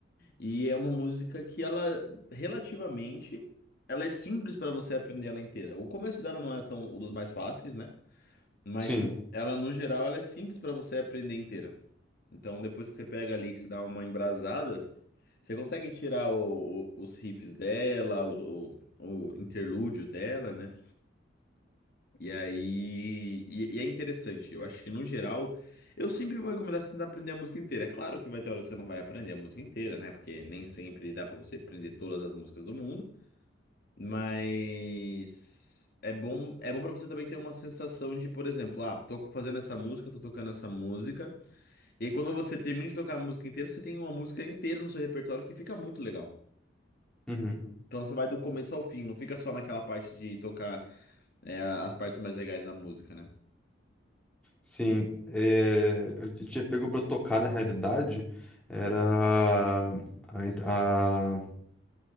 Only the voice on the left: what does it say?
E é uma música que ela relativamente ela é simples pra você aprender ela inteira. O começo dela não é tão um dos mais fáceis, né? Mas
ela no geral ela é simples pra você aprender inteira. Então depois que você pega ali, que você dá uma embrasada, Você consegue tirar o- o- os riffs dela, o, o- o interlúdio dela, né? E aí. E, e é interessante. Eu acho que no geral. Eu sempre vou recomendar você tentar aprender a música inteira. É claro que vai ter hora que você não vai aprender a música inteira, né? Porque nem sempre dá pra você aprender todas as músicas do mundo. Mas. É bom, é bom para você também ter uma sensação de, por exemplo, ah, tô fazendo essa música, tô tocando essa música. E aí quando você termina de tocar a música inteira, você tem uma música inteira no seu repertório que fica muito legal.
Então você vai do começo ao fim, não fica só naquela parte de tocar é, as partes mais legais da música, né?